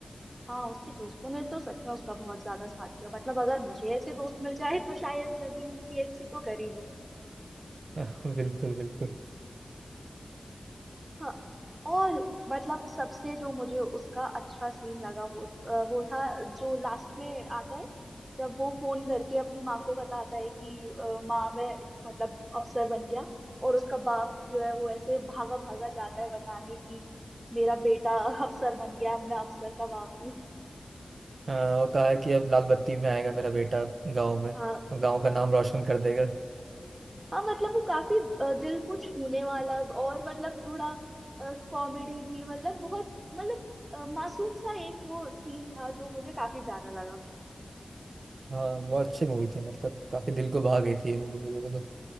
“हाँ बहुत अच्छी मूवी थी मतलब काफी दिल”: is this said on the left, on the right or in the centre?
Right